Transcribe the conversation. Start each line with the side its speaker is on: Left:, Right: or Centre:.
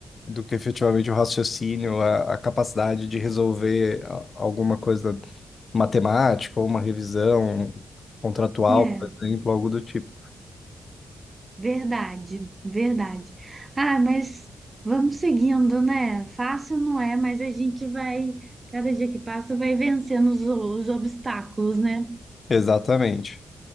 Left: do que efetivamente o raciocínio, a, a capacidade de resolver a- alguma coisa matemática ou uma revisão contratual,
Right: É,
Left: por exemplo, algo do tipo.
Right: Verdade, verdade. Ah, mas vamos seguindo, né? Fácil não é, mas a gente vai, cada dia que passa, vai vencendo os, os obstáculos, né?
Left: Exatamente.